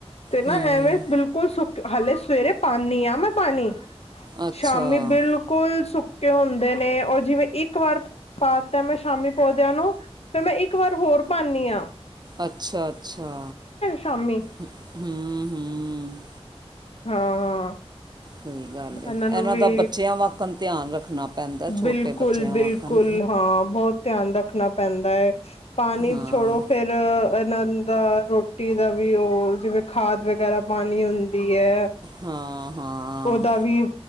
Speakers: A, on the left; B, on the right.
A: ਤੇ ਨਾਂ
B: ਹੂੰ
A: ਐਵੇਂ ਬਿਲਕੁਲ ਸੁੱਕ, ਹਲੇ ਸਵੇਰੇ ਪਾਂਨੀ ਆਂ ਮੈਂ ਪਾਣੀ,
B: ਅੱਛਾ
A: ਸ਼ਾਮੀ ਬਿਲ ਕੁਲ ਸੁੱਕੇ ਹੁੰਦੇ ਨੇਂ, ਓ ਜਿਵੇਂ ਇੱਕ ਵਾਰ ਪਾ ਤੇ ਮੈਂ ਸ਼ਾਮੀ ਪੌਦਿਆਂ ਨੂੰ ਫਿਰ ਮੈਂ ਇੱਕ ਵਾਰ ਹੋਰ ਪਾਨੀਂ ਆਂ।
B: ਅੱਛਾ ਅੱਛਾ,
A: ਸ਼ਾਮੀ
B: ਹਂ, ਹਂ।
A: ਹਾਂ ਹਾਂ।
B: ਸਈ ਗੱਲ
A: ਇਹਨਾਂ ਨੂੰ
B: ਇਨ੍ਹਾਂ
A: ਵੀ
B: ਦਾ ਬੱਚਿਆਂ ਵਕਣ ਧਿਆਨ ਰੱਖਣਾ ਪੈਂਦਾ ਛੋਟੇ
A: ਬਿਲਕੁਲ
B: ਬੱਚਿਆਂ
A: ਬਿਲਕੁਲ।
B: ਵਾਕਨ
A: ਹਾਂ, ਬੋਤ ਧਿਆਨ ਰੱਖਣਾ ਪੈਂਦਾ ਐ। ਪਾਣੀ
B: ਹਾਂ
A: ਛੋੜੋ ਫਿਰ ਅ ਇਨ੍ਹਾਂ ਦਾ ਰੋਟੀ ਦਾ ਵੀ ਓ ਜਿਵੇਂ ਖਾਦ ਵਗੈਰਾ ਪਾਨੀ ਹੁੰਦੀ ਐ,
B: ਹਾਂ ਹਾਂ
A: ਓਦਾ ਵੀ